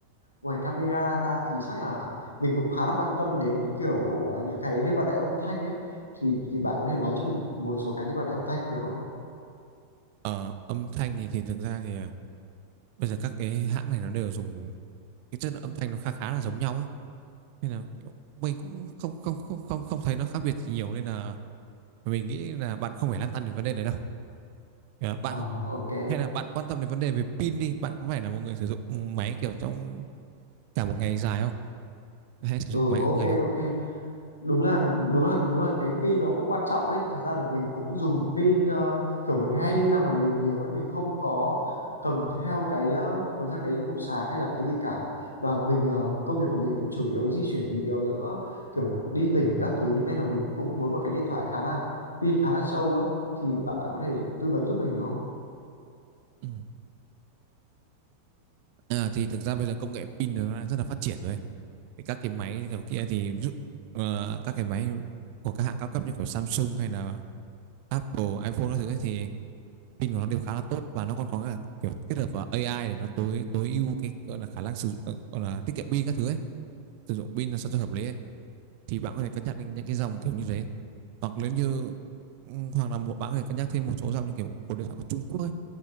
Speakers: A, on the left; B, on the right.
A: ngoài camera ra thì chắc là mình cũng khá là quan tâm đến kiểu ờ, những cái liên quan đến âm thanh ấy. Thì thì bạn có thể nói cho mình một số cái liên quan đến âm thanh được không?
B: Ờ, âm thanh thì, thì thực ra thì ờ, bây giờ các cái hãng này nó đều dùng cái chất lượng âm thanh nó khá khá là giống nhau ấy nên là kiểu mình cũng không không không không không thấy nó khác biệt gì nhiều nên là mình nghĩ là bạn không phải lăn tăn về vấn đề này đâu Ờ, bạn
A: Ờ, ok.
B: hay là bạn quan tâm đến vấn đề về pin đi bạn có phải là một người sử dụng máy kiểu trong cả một ngày dài không hay sử
A: Ừ,
B: dụng máy
A: ok,
B: một ngày không
A: ok. đúng là đúng là đúng là cái pin nó cũng quan trọng ấy thật ra là mình cũng dùng pin ờ, kiểu mình hay đi ra ngoài đường nhiều ấy mình không có cầm theo cái ờ, cầm theo cái cục sạc hay là cái gì cả và mình ờ, công việc của mình cũng chủ yếu di chuyển nhiều giữa kiểu đi tỉnh các thứ nên là mình cũng muốn một cái điện thoại khá là pin khá là sâu á thì bạn bạn có thể tư vấn giúp mình được không?
B: Ừ. à, thì thực ra bây giờ công nghệ pin nó đã rất là phát triển rồi thì các cái máy kiểu kia thì ví dụ, ờ, các cái máy của các hãng cao cấp như kiểu Samsung hay là Apple iPhone các thứ ấy thì pin của nó đều khá là tốt và nó còn có cả kiểu kết hợp vào AI để nó tối tối ưu cái gọi là khả năng sử dụng gọi là tiết kiệm pin các thứ ấy sử dụng pin là sao cho hợp lý ấy. thì bạn có thể cân nhắc đến những cái dòng kiểu như thế hoặc nếu như ừ, hoặc là một bạn có thể cân nhắc thêm một số dòng như kiểu của điện thoại của Trung Quốc ấy